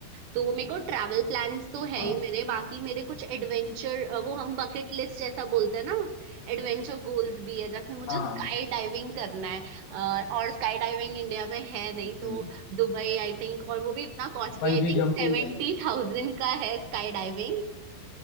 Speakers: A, on the right; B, on the left.
A: तो मेरे को ट्रैवल प्लान्स तो है
B: हाँ
A: ही मेरे बाकी मेरे कुछ एडवेंचर वो हम बकेट लिस्ट जैसा बोलते हैं ना एडवेंचर गोल्स भी है जैसे मुझे
B: हाँ
A: स्काई डाइविंग करना है अ, और स्काई डाइविंग इंडिया में है नहीं
B: बिल्कुल
A: तो दुबई आई थिंक और वो भी इतना कॉस्टली
B: बंजी
A: आई थिंक
B: जंपिंग
A: सेवेंटी
B: है
A: थाउजेंड का है स्काई डाइविंग